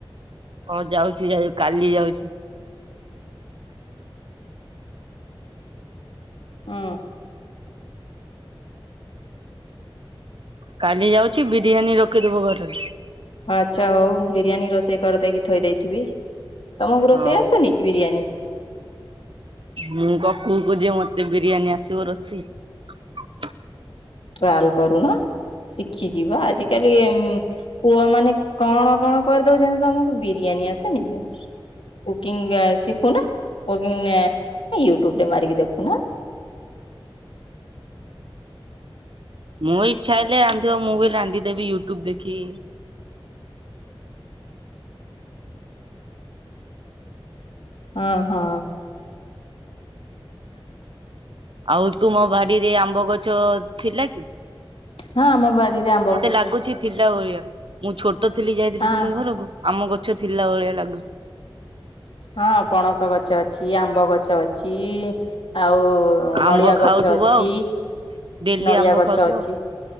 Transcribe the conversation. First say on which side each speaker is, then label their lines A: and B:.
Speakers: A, on the right (about 65°); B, on the left (about 70°).
A: ହଁ ଯାଉଛି ଯାଉ କାଲି ଯାଉଛି।
B: ହୁଁ।
A: କାଲି ଯାଉଛି ବିରିୟାନୀ ରଖିଦବୁ ଘରେ।
B: ଆଚ୍ଛା ହଉ ବିରିୟାନୀ ରୋଷେଇ କରିଦେଇକି ଥୋଇ ଦେଇଥିବି। ତମକୁ
A: ହଁ
B: ରୋଷେଇ ଆସନିକି ବିରିୟାନୀ?
A: ମୁଁ କ କୁକ ଯେ ମତେ ବିରିୟାନୀ ଆସିବ ରୋଷେଇ।
B: ଟ୍ରାଲ କରୁନ। ଶିଖିଯିବା ଆଜିକାଲି ଉଁ ପୁଅମାନେ କଣ କଣ କରିଦଉଛନ୍ତି ତମକୁ ବିରିୟାନୀ ଏନି ଆସିନିକି କୁକିଂ ଶିକୁନା। ୟୁଟ୍ୟୁବ ରେ ମାରିକି ଦେଖୁନା।
A: ମୁଁ ଇଛା ହେଲେ ଜାଣିଥିବ ମୁଁ ବି ରାନ୍ଧିଦେବି ୟୁଟ୍ୟୁବ ଦେଖିକି।
B: ହଁ ହଁ।
A: ଆଉ ତୁମ ବାଡିରେ ଆମ୍ବ ଗଛ ଥିଲା କି?
B: ହଁ ଆମ ବାଡିରେ ଆ
A: ମତେ ଲାଗୁଛି ଥିଲା ଭଳିଆ ମୁଁ ଛୋଟ ଥିଲି ଯାଇଥିଲି
B: ହଁ
A: ତୁମ ଘରକୁ ଆମ ଗଛ ଥିଲା ଭଳିଆ ଲାଗୁଛି।
B: ହଁ ପଣସ ଗଛ ଅଛି ଆମ୍ବ ଗଛ ଅଛି ଆଉ
A: ଆମ୍ବ
B: ନଡିଆ
A: ଖାଉଥିବ
B: ଗଛ ଅଛି
A: ଆଉ ଡେଲି
B: ନଡିଆ
A: ଆମ୍ବ
B: ଗଛ
A: ଖାଉଥିବ।
B: ଅଛି।